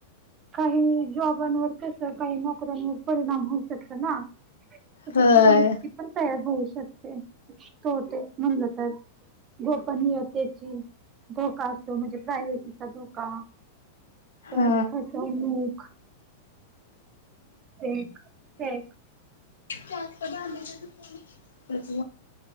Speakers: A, on the right (about 30°); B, on the left (about 75°).
A: काही जॉबांवर तस काही नोकऱ्यांवर परिणाम होऊ शकत ना. चुकीची
B: होय
A: माहिती पण तयार होऊ शकते तो ते म्हणलं तर. गोपनीय त्याची धोका असतो म्हणजे प्रायव्हसी चा धोका परखा
B: हा
A: समुख एक एक
B: जास्त भांडी त्याच